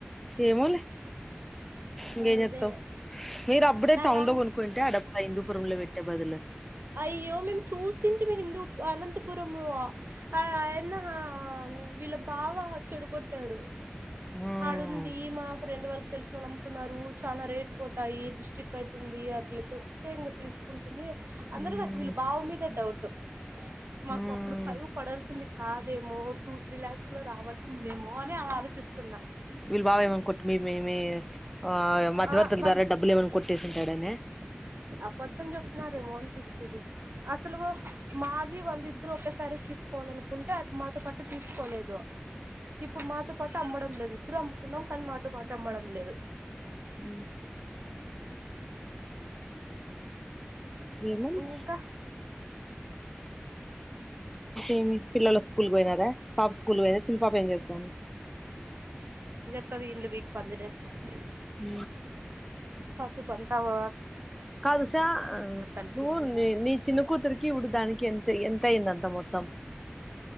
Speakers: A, in the centre; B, on the right.
A: ఏమోలే ఇంకేం
B: అదే
A: చేస్తావ్ మీరు అప్పుడే టౌన్
B: లాంగ్
A: లో కొనుక్కుంటే ఆ డబ్బులు ఆ హిందూపురంలో పెట్టే బదులు
B: అయ్యో మేము చూసింటిమి హిందూ వా అనంతపురంలో ఆ ఆయన్న హ వీళ్ళ బావ చెడు కొట్టాడు
A: ఉమ్
B: ఆడుంది మా ఫ్రెండ్ వాళ్ళ తెలుసునోళ్ళు అమ్ముతున్నారు చాలా రేటు పోతాయి డిస్టిక్ అవుతుంది అట్లా చెప్తే ఇంకా తీసుకున్నం పిన్ని అందరూ
A: ఉమ్
B: నాకు వీళ్ళు బావ మీదే డౌట్ తో మాకు
A: ఉమ్
B: అప్పుడు ఫైవ్ పడాల్సింది కాదేమో టూ త్రీ లా్యాక్స్ లో రావాల్సిందేమో అని అలా ఆలోచిస్తు
A: వీళ్ళు బావ ఏమని కొట్టి మీ మేమి ఆ మధ్యవర్తుల
B: ఆ వాళ్ళు
A: ద్వారా డబ్బులు ఏమని కొట్టేసింటాడనే
B: అబద్ధం చెప్నారేమో అనిపిస్తుంది అ అసలువో ది వాళ్ళ ఇద్దరు ఒకసారి తీసుకోవాలనుకుంటే అ మాత కట్టు తీసుకోలేదు ఇప్పుడు మాతో పాటు అమ్మడం లేదు కుతురు అమ్ముతున్నాం కానీ మాతో పాట అమ్మడం లేదు
A: అ ఏేముంది
B: ఇంకా
A: ేమి పిల్లల్లో స్కూల్ పోయినారా పాప స్కూల్ పోయిన చిన్న పాప ఏం చేస్తాను
B: ది ఇండు పీకి పందిర చేేస్తాంది
A: హ
B: పశుపంత వ
A: కాదు ఉష
B: అలికింది
A: నువ్వు న నీ చిన్న కూతురికి ఇడుదానికి ఎంత ఎంత అయింద అంత మొత్తం